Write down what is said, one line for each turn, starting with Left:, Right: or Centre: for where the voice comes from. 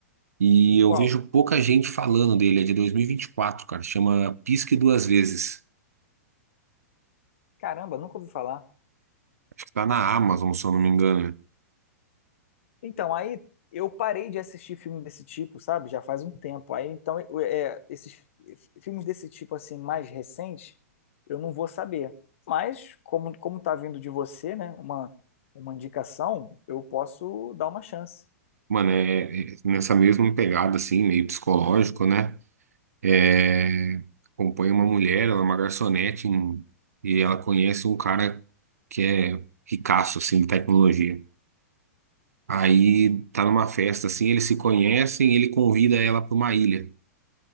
Right: E eu
Left: Qual?
Right: vejo pouca gente falando dele. É de dois mil e e vinte e quatro cara. Chama Pisque Duas Vezes.
Left: Caramba, nunca ouvi falar.
Right: Acho que tá na Amazon, se eu não me engano.
Left: Então, aí eu parei de assistir filme desse tipo, sabe? Já faz um tempo. Aí, então, eu- é, é, esses filmes desse tipo, assim, mais recentes, eu não vou saber. Mas, como, como tá vindo de você, né? Uma, uma indicação, eu posso dar uma chance.
Right: Mano, é, é nessa mesma pegada, assim, meio psicológico, né? É, acompanha uma mulher, ela é uma garçonete, em- e ela conhece um cara que é ricaço, assim, de tecnologia. Aí tá numa festa, assim, eles se conhecem e ele convida ela pra uma ilha.